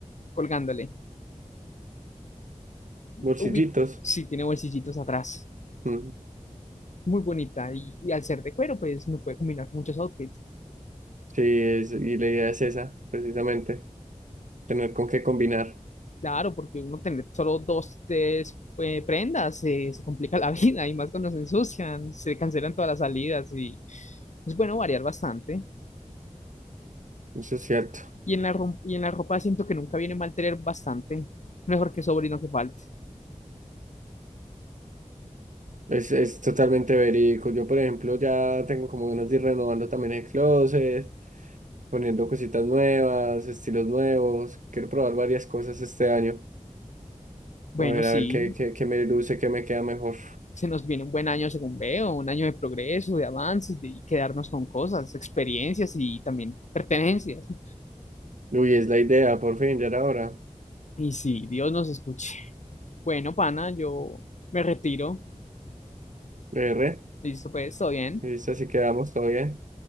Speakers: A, on the left; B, on the right.
A: colgándole.
B: Bolsillitos.
A: Ubi, sí, tiene bolsillitos atrás.
B: Mm,
A: Muy bonita y, y al ser de cuero, pues me puede combinar con muchos outfits.
B: Sí, es- y la idea es esa, precisamente, tener con qué combinar.
A: Claro, porque uno tener solo dos, tres eh, prendas eh, se complica la <laughs> vida y más cuando se ensucian, se cancelan todas las salidas y es bueno variar bastante.
B: Eso es cierto.
A: Y en la, rom- y en la ropa siento que nunca viene mal tener bastante, mejor que sobre y no que falte.
B: Es, es totalmente verídico. Yo, por ejemplo, ya tengo como ganas de ir renovando también el closet, poniendo cositas nuevas, estilos nuevos. Quiero probar varias cosas este año.
A: Bueno,
B: A ver,
A: sí,
B: a ver qué, qué, qué me luce, qué me queda mejor.
A: se nos viene un buen año según veo, un año de progreso, de avances, de quedarnos con cosas, experiencias y también pertenencias. <laughs>
B: Uy, es la idea, por fin, ya era hora.
A: Y sí, Dios nos escuche. Bueno, pana, yo me retiro.
B: R,
A: Listo, pues, todo bien.
B: listo, así quedamos, todo bien.